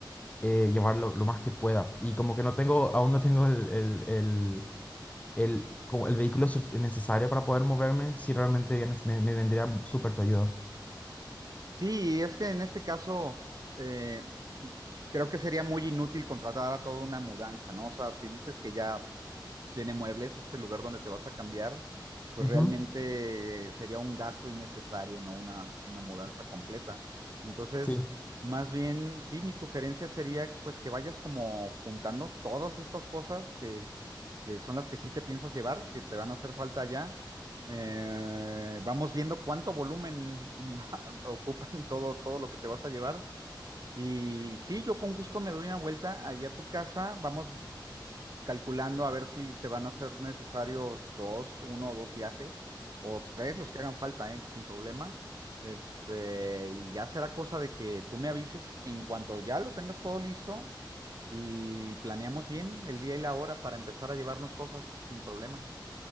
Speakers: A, on the left (about 20°); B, on the right (about 50°).
A: eh, llevarlo lo más que pueda. Y como que no tengo, aún no tengo el, el, el, el- como el vehículo suf- necesario para poder moverme, sí realmente bien, me, me vendría súper tu ayuda.
B: Sí, es que en este caso, eh, creo que sería muy inútil contratar a toda una mudanza, ¿no? O sea, si dices que ya tiene muebles, este lugar donde te vas a cambiar, pues
A: Ujú,
B: realmente eh, sería un gasto innecesario, ¿no? Una, una mudanza completa. Entonces,
A: sí.
B: más bien, sí, mi sugerencia sería pues que vayas como juntando todas estas cosas que, que son las que sí te piensas llevar, que te van a hacer falta allá. Eh, vamos viendo cuánto volumen <laughs> ocupan todo, todo lo que te vas a llevar. Y sí, yo con gusto me doy una vuelta allá a tu casa, vamos calculando a ver si se van a hacer necesarios dos, uno o dos viajes, o tres, los que hagan falta, ¿eh? sin problema. Este, y ya será cosa de que tú me avises en cuanto ya lo tengas todo listo y planeamos bien el día y la hora para empezar a llevarnos cosas sin problema.